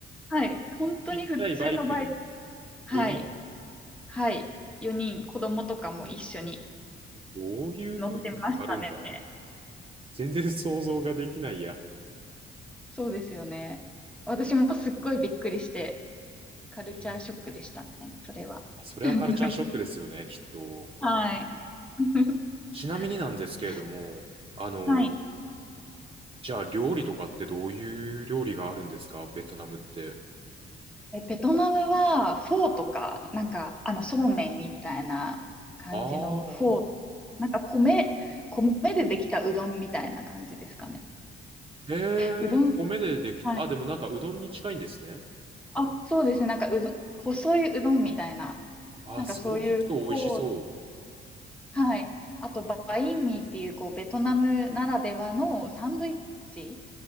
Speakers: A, in the centre; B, on the right.
A: はい、本当に普通のバイク、
B: ちっちゃいバイクに
A: はい、
B: 4人
A: はい、4人、子供とかも一緒に
B: え、どういう風に乗っかるんだ
A: 乗ってましたね。
B: 全然想像ができないや。
A: そうですよね。私もすっごいびっくりして、カルチャーショックでしたね、
B: えー
A: それは。
B: あ、それはカルチャーショックですよね、
A: <laughs>
B: きっと。
A: はい。<laughs>
B: ちなみになんですけれども、
A: ですね。
B: あの、
A: はい。
B: じゃあ料理とかってどういう料理があるんですかベトナムって。
A: え、ベトナムはフォーとか、なんか、あの、そうめんみたいな感じのフォー、
B: ああ、
A: なんか米、米でできたうどんみたいな感じですかね。
B: へえ、
A: うどん、
B: 米でできた。
A: はい。
B: あ、でもなんかうどんに近いんですね。
A: あ、そうですね。なんかうどん、細いうどんみたいな、
B: あそう聞くと美味しそう。
A: なんかそういうフォー、はい。あと、バインミーっていう、こう、ベトナムならではのサンドイッチ